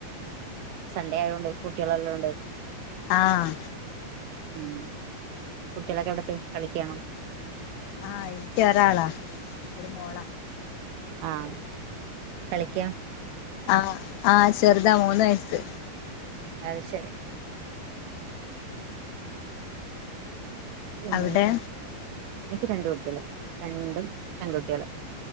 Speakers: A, on the right (about 80°); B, on the left (about 80°).
A: സൺഡേ ആയതോണ്ട് കുട്ടികളെല്ലോണ്ട്
B: ആഹ
A: ഉം കുട്ടികളൊക്കെ എവിടെ പോയി കളികയാണോ
B: ആഹ് എനക്ക് ഒരാളാ ഒരു മോളാ
A: ആഹ കളിക്ക
B: ആഹ ആഹ ചെറുതാ മൂന്ന് വയസ്സ്
A: അത് ശരി ഉം
B: അവിടെ
A: എനിക്ക് രണ്ട് കുട്ടികള് രണ്ടും പെൺകുട്ടികള്